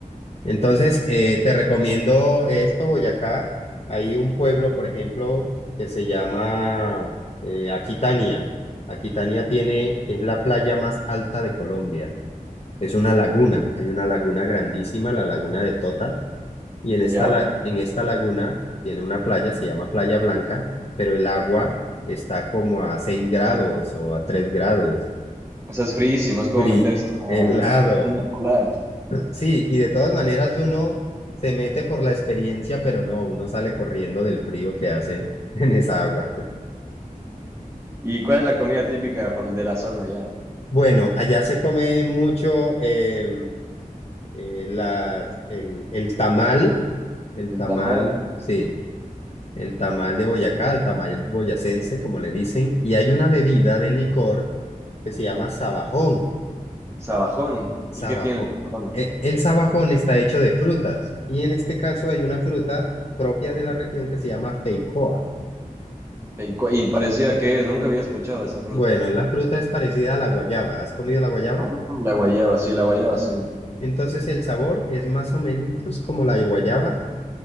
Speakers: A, on the left; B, on the right.
A: Entonces, eh, te recomiendo esto, Boyacá. Hay un pueblo, por ejemplo, que se llama eh, Aquitania. Aquitania tiene, es la playa más alta de Colombia. Es una laguna, hay una laguna grandísima, la laguna de Tota, y en esta,
B: Ya.
A: la- en esta laguna tiene una playa, se llama Playa Blanca, pero el agua está como a 6 grados o a 3 grados,
B: O sea, es friísimo, es como
A: fri-
B: meterse
A: <laughs>
B: a
A: helado.
B: piscina polar.
A: Sí, y de todas maneras uno se mete por la experiencia, pero no, uno sale corriendo del frío que hace <laughs> en esa agua.
B: ¿Y cuál es la comida típica por- de la zona ya?
A: Bueno, allá se come mucho eh, eh, la- el, el tamal, el
B: El
A: tamal,
B: tamal,
A: sí. El tamal de Boyacá, el tamal boyacense, como le dicen, y hay una bebida de licor que se llama sabajón.
B: sabajón.
A: Sabajón.
B: ¿Y qué tiene el sabajón?
A: E- El sabajón está hecho de frutas, y en este caso hay una fruta propia de la región que se llama feijoa.
B: ¿Y, cu- y parecida que es? Nunca había escuchado de esa fruta.
A: Bueno, la fruta es parecida a la guayaba. ¿Has comido la guayaba?
B: Ah, La guayaba, sí, la guayaba, sí.
A: Bueno, entonces el sabor es más o menos como la guayaba,